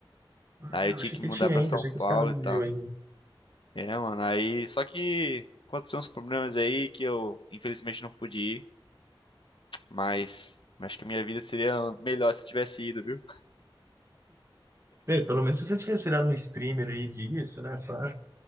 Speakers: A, on the right; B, on the left.
A: Ah,
B: Aí
A: é,
B: eu tinha
A: eu achei
B: que
A: que
B: mudar
A: tinha
B: pra
A: ainda,
B: São
A: achei
B: Paulo
A: que os caras
B: e
A: viviam
B: tal.
A: ainda.
B: É, mano, aí só que aconteceu uns problemas aí que eu infelizmente não pude ir, mas mas acho que a minha vida seria melhor se eu tivesse ido, viu?
A: Ei, pelo menos se você tivesse virado um streamer aí disso, né? pá,